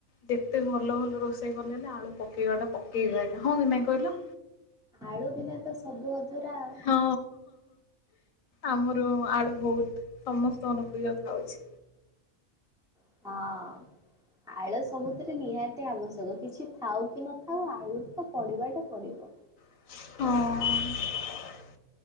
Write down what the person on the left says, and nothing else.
ଯେତେ ଭଲ ଭଲ ରୋଷେଇ କଲେ ହେଲେ ଆଳୁ ପକେଇବାଟା ପକେଇବି ଆଜ୍ଞା ହଁ କି ନାଇଁ କହିଲ
ହଁ ଆମର ଆଳୁ ବହୁତ ସମସ୍ତଙ୍କ ପ୍ରିୟ ଥାଉଛି
ହଁ